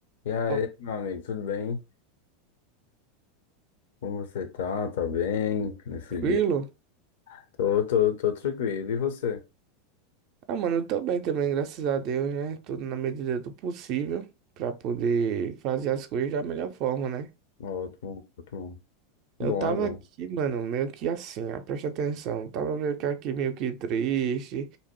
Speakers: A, on the left; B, on the right.
A: E aí,
B: Ô,
A: meu amigo, tudo bem? Como você tá? Tá bem nesse
B: Tranquilo?
A: dia? Tô, tô, tô tranquilo. E você?
B: Ah, mano, eu tô bem também, graças a Deus, né? Tudo na medida do possível pra poder fazer as coisas da melhor forma, né?
A: Ótimo, ótimo.
B: Eu
A: É Bom,
B: tava
A: é bom.
B: aqui, mano, meio que assim, ó, presta atenção. eu Tava meio que aqui, meio que triste.